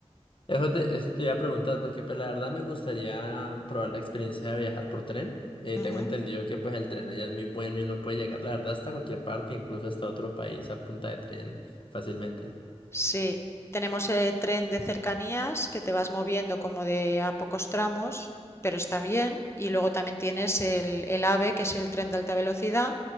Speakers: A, on the left; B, on the left.
A: Eso te, eso te iba a preguntar, porque pues la verdad me gustaría probar la experiencia de viajar por tren. Eh,
B: Ujú.
A: tengo entendido que pues el tren allá es muy bueno y uno puede llegar, la verdad, hasta cualquier parte, incluso hasta otro país a punta de tren fácilmente.
B: Sí, tenemos el tren de cercanías que te vas moviendo como de a pocos tramos, pero está bien. Y luego también tienes el, el AVE, que es el tren de alta velocidad,